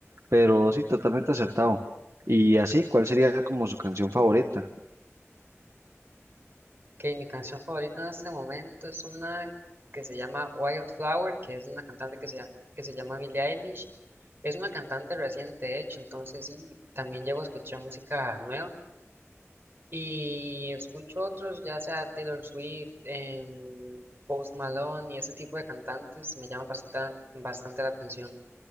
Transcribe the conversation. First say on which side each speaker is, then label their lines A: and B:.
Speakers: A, on the right (about 70°); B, on the right (about 45°).
A: Pero sí, totalmente acertado. Y así, ¿cuál sería como su canción favorita?
B: que mi canción favorita en este momento es una que se llama Wildflower, que es de una cantante que se, llama- que se llama Billie Eilish. Es una cantante reciente, de hecho, entonces sí, también llego a escuchar música nueva y escucho otros, ya sea Taylor Swift, em, Post Malone y ese tipo de cantantes me llaman bastante, bastante la atención.